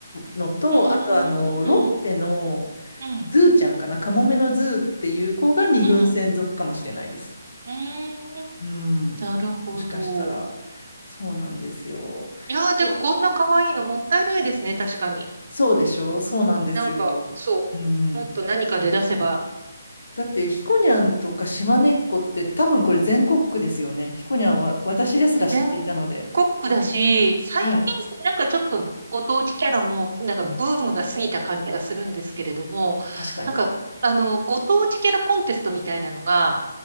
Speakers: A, on the left (about 60°); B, on the right (about 35°).
A: のと、
B: うーんうん
A: あとあの、ロッテの
B: うん
A: ズーちゃんかな、カモメのズーっていう子が二軍専属かもしれないです。
B: うんうーん
A: うん。
B: なるほど。
A: もしかしたら、そうなんですよ。
B: いやー、でもこんな可愛いのもったいないですね、
A: え
B: 確かに。
A: そうでしょうそうなんですよ。
B: なんか、そう。
A: うん。
B: もっと何かで出せば、
A: だって、ひこにゃんとか島根っこって多分これ全国区ですよね。ひこにゃんは私ですら知っていたので。
B: 全コックだし、最近、
A: はい。
B: なんかちょっとご当地キャラも、なんかブームが過ぎた感じがするんですけれども、
A: 確かに。
B: なんか、あの、ご当地キャラコンテストみたいなのが